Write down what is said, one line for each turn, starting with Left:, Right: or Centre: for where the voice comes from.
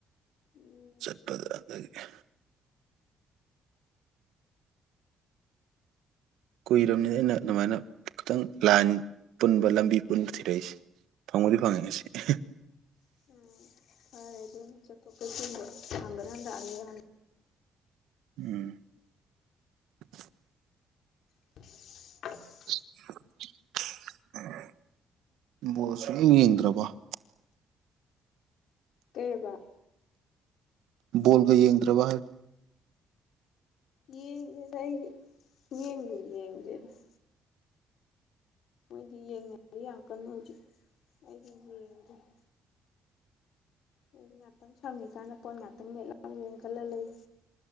Left: ꯎꯝ
Right: ꯆꯠꯄꯗ ꯑꯩ ꯫ ꯀꯨꯏꯔꯃꯅꯤ ꯑꯩꯅ ꯑꯗꯨꯃꯥꯏꯅ ꯈꯤꯇꯪ ꯂꯥꯏꯟ ꯄꯨꯟꯕ ꯂꯝꯕꯤ ꯄꯨꯟꯕ ꯊꯤꯔꯛ ꯏꯁꯦ ꯫ ꯐꯪꯕꯨꯗꯤ ꯐꯪꯉꯦ ꯉꯁꯤ <unintelligible> ꯫
Left: <unintelligible> ꯐꯔꯦ ꯑꯗꯨꯅ ꯆꯠꯊꯣꯛ ꯆꯟꯁꯤꯟꯗꯣ ꯍꯪꯒꯠ ꯍꯟꯗ ꯑꯅꯤꯔꯛ ꯍꯟ
Right: ꯎꯝ <inaudible> ꯫
Left: <unintelligible>
Right: <unintelligible> ꯕꯣꯜ ꯁꯨꯡꯌꯦꯡ ꯌ‌ꯦꯡꯗ꯭ꯔꯕꯣ ꯫
Left: ꯀꯩ ꯑꯕꯥ ꯫
Right: ꯕꯣꯜꯒ ꯌꯦꯡꯗ꯭ꯔꯕ ꯍꯥꯏ
Left: ꯌꯦꯡꯗ꯭ꯔꯦꯗ ꯑꯩ ꯁꯨꯡꯌꯦꯡꯕꯨ ꯌꯦꯡꯗꯦꯗ ꯫ ꯑꯩꯗꯤ ꯌꯦꯡ <inaudible> ꯌꯥꯝ ꯀꯟꯅ ꯍꯧꯖꯤꯛ ꯑꯩꯗꯤ ꯌꯦꯡꯗ꯭ꯔꯦ ꯫ ꯑꯩ ꯉꯥꯛꯇꯪ ꯁꯪꯉꯤꯀꯥꯟꯅ ꯄꯣꯠ ꯉꯥꯛꯇꯪ ꯃꯦꯠꯂ <inaudible> ꯑꯃꯨꯛꯃꯨꯛ ꯈꯜꯂ ꯂꯩ꯫ <unintelligible>